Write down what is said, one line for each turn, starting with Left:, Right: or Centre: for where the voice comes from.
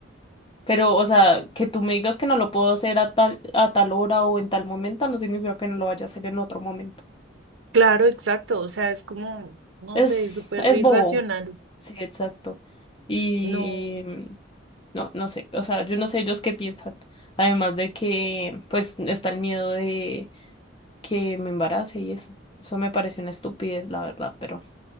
Left: Pero, o sea, que tú me digas que no lo puedo hacer a tal, a tal hora o en tal momento, no significa que no lo vaya a hacer en otro momento.
Right: Claro, exacto. O sea, es como, no
Left: Es,
Right: sé, súper
Left: es
Right: irracional.
Left: bobo. Sí, exacto. Y
Right: No.
Left: no, no sé. O sea, yo no sé ellos qué piensan. Además de que, pues, está el miedo de que me embarace y eso. Eso me parece una estupidez, la verdad, pero,